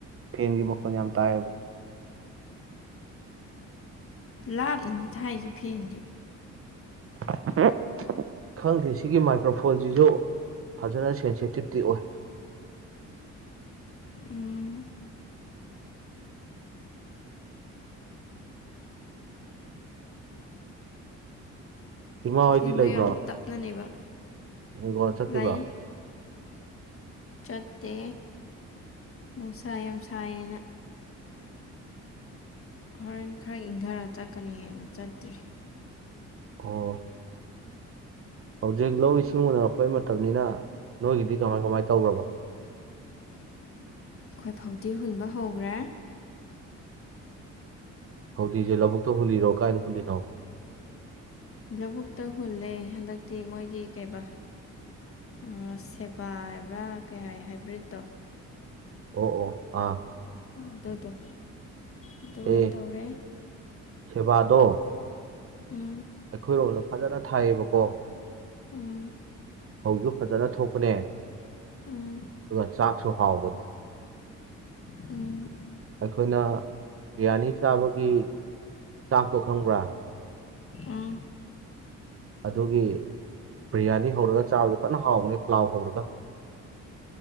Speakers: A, on the right; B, on the left.
A: ꯐꯦꯟꯒꯤ ꯃꯈꯣꯜ ꯌꯝ ꯇꯥꯏꯌꯦꯕ
B: ꯂꯥꯞꯅꯅꯤ ꯊꯥꯏꯁꯦ ꯐꯦꯟꯗꯤ
A: <inaudible> ꯈꯪꯗꯦ ꯁꯤꯒꯤ ꯃꯥꯏꯀ꯭ꯔꯐꯣꯟꯁꯤꯁꯨ ꯐꯖꯅ ꯁꯦꯟꯁꯤꯇꯤꯞꯇꯤ ꯑꯣꯏ <inaudible>
B: ꯎꯝ
A: ꯏꯃꯥ ꯍꯣꯏꯗꯤ
B: ꯐꯦꯟꯗꯣ
A: ꯂꯩꯕ꯭ꯔꯣ
B: ꯌꯥꯝ ꯇꯞꯅꯅꯦꯕ
A: ꯍꯤꯡꯒꯣꯜ ꯆꯠꯈꯤꯕ꯭ꯔꯣ
B: ꯂꯩ ꯆꯠꯇꯦ ꯅꯨꯡꯁꯥ ꯌꯥꯝ ꯁꯥꯏꯑꯦꯅ ꯍꯣꯔꯦꯟ ꯈꯔ ꯏꯪꯊꯔ ꯆꯠꯀꯅꯤꯅ ꯆꯠꯇ꯭ꯔꯤ
A: ꯑꯣ ꯍꯧꯖꯤꯛ ꯂꯧ ꯏꯁꯤꯡ ꯎꯅꯔꯛꯄꯩ ꯃꯇꯝꯅꯤꯅ ꯅꯣꯏꯒꯤꯗꯤ ꯀꯃꯥꯏ ꯀꯃꯥꯏ ꯇꯧꯒ꯭ꯔꯥꯕ <inaudible>
B: ꯑꯩꯈꯣꯏ ꯐꯧꯗꯤ ꯍꯨꯟꯕ ꯍꯧꯒ꯭ꯔꯦ
A: ꯐꯧꯗꯤꯁꯦ ꯂꯧꯕꯨꯛꯇ ꯍꯨꯜꯂꯤꯔꯣ ꯀꯥꯏꯗ ꯍꯨꯜꯂꯤꯅꯣ
B: ꯂꯧꯕꯨꯛꯇ ꯍꯨꯜꯂꯦ ꯍꯟꯗꯛꯇꯤ ꯃꯣꯏꯒꯤ ꯀꯩꯕꯥ ꯑꯥ ꯁꯦꯕꯥ ꯍꯥꯏꯕ꯭ꯔꯥ ꯀꯩ ꯍꯥꯏ ꯍꯥꯏꯕ꯭ꯔꯤꯠꯇꯣ
A: ꯑꯣ ꯑꯣ ꯑꯥ
B: ꯑꯗꯨꯗꯣ ꯑꯗꯨ ꯑꯣꯏꯅ
A: ꯑꯦ
B: ꯇꯧꯔꯦ
A: ꯁꯦꯕꯥꯗꯣ
B: ꯎꯝ
A: ꯑꯩꯈꯣꯏꯔꯣꯝ ꯐꯖꯅ ꯊꯥꯏꯌꯦꯕꯀꯣ
B: ꯎꯝ
A: ꯐꯧꯁꯨ ꯐꯖꯅ ꯊꯣꯛꯄꯅꯦ ꯑꯗꯨꯒ
B: ꯎꯝ
A: ꯆꯥꯛꯁꯨ ꯍꯥꯎꯕ
B: ꯎꯝ
A: ꯑꯩꯈꯣꯏꯅ ꯕ꯭ꯤꯔꯌꯥꯅꯤ ꯆꯥꯕꯒꯤ ꯆꯥꯛꯇꯣ ꯈꯪꯕ꯭ꯔꯥ
B: ꯎꯝ
A: ꯑꯗꯨꯒꯤ ꯕꯤ꯭ꯔꯌꯥꯅꯤ ꯍꯧꯔꯒ ꯆꯥꯕꯁꯨ ꯐꯅ ꯍꯥꯎꯕꯅꯦ ꯄ꯭ꯂꯥꯎ ꯍꯧꯔꯒ <inaudible>